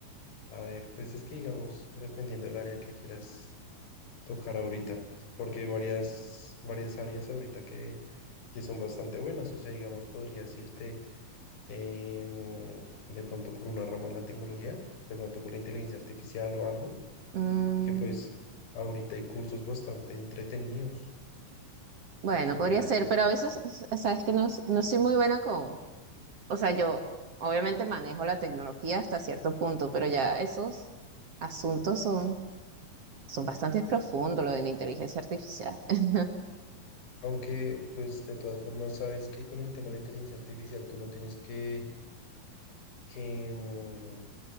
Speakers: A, on the left; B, on the right.
A: a ver, pues es que digamos, dependiendo del área que quieras tocar ahorita, porque hay varias, varias áreas ahorita que, que son bastante buenas, o sea, digamos, podrías irte em, de pronto por una rama de la tecnología, de pronto por la inteligencia artificial o algo
B: Mm,
A: que pues ahorita hay cursos bastante entretenidos
B: bueno,
A: sobre
B: podría
A: eso.
B: ser, pero a veces, o sea, que no, s- no soy muy buena con, o sea, yo obviamente manejo la tecnología hasta cierto punto, pero ya esos asuntos son, son bastante profundos, lo de la inteligencia artificial. <laughs>
A: Aunque pues de todas formas sabes que con el tema de la inteligencia artificial tú no tienes que, que mm,